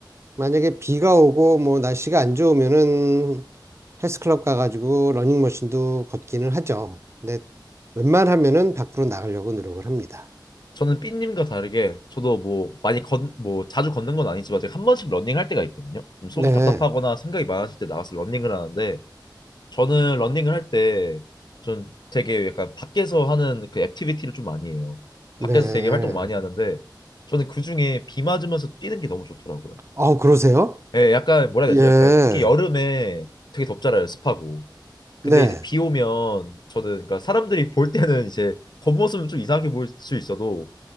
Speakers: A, on the right; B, on the left.
A: 만약에 비가 오고 뭐 날씨가 안 좋으면은 헬스클럽 가가지고 러닝머신도 걷기는 하죠. 근데 웬만하면은 밖으로 나가려고 노력을 합니다.
B: 저는 삐님과 다르게 저도 뭐 많이 건, 뭐 자주 걷는 건 아니지만 제가 한 번씩 러닝할 때가 있거든요. 좀 속이
A: 네,
B: 답답하거나 생각이 많아질 때 나가서 러닝을 하는데 저는 러닝을 할 때 전 되게 약간 밖에서 하는 그 액티비티를 좀 많이 해요. 밖에서
A: 네.
B: 되게 활동을 많이 하는데 저는 그중에 비 맞으면서 뛰는 게 너무 좋더라고요.
A: 아, 그러세요?
B: 예, 약간 뭐라 해야
A: 예,
B: 되죠? 약간 특히 여름에 되게 덥잖아요, 습하고. 근데
A: 네,
B: 이제 비 오면 저는 그러니까 사람들이 볼 때는 이제 겉모습은 좀 이상하게 보일 수 있어도